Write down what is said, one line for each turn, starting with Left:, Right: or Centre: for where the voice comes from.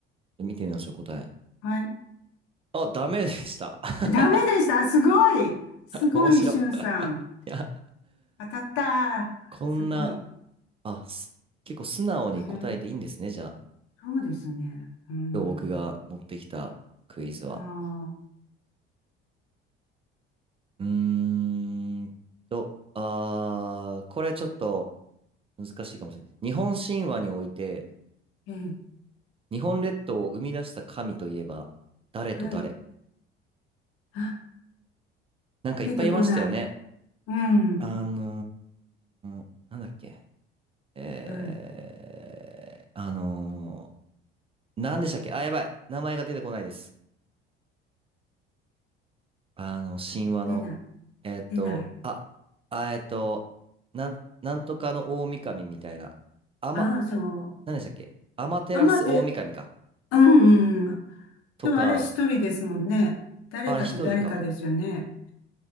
Right: 見てみましょう、答え。
Left: はい。
Right: あ、ダメでした。<laughs>
Left: ダメでした。すごい。すごい、
Right: 面白い。
Left: しゅんさん。
Right: いや、
Left: 当たった。
Right: こんな、
Left: すごい。
Right: あ、す結構素直に答えていいんですね、
Left: ええ。
Right: じゃあ。
Left: そうですね。うーん。
Right: 今日僕が持ってきたクイズは。
Left: はあ、
Right: うーんと、あー、これちょっと難しいかもしれない。日本神話において、
Left: ええ、
Right: 日本列島を生み出した神といえば、誰と誰
Left: はい。あ、
Right: なんかいっぱいいましたよね。
Left: 出てこない。うん。
Right: あのー、なんだっけ。えー、
Left: はい。
Right: あのー、なんでしたっけあ、やばい。名前が出てこないです。あの、神話の。
Left: 出ない。
Right: えっと、
Left: 出ない。
Right: あ、あ、えっと、なん、なんとかの大神みたいな。あま、
Left: ああ、そう。
Right: なんでしたっけアマテラス大神か。
Left: あ、待って。うん。うん
Right: とか、
Left: でもあれ一人ですもんね。誰かと誰かですよね。
Right: あれ一人か。